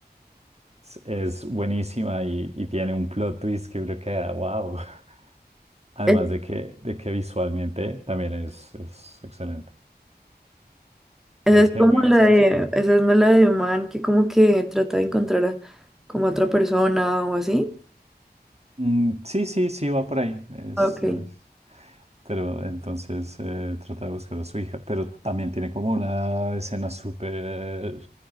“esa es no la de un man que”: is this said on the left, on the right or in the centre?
Centre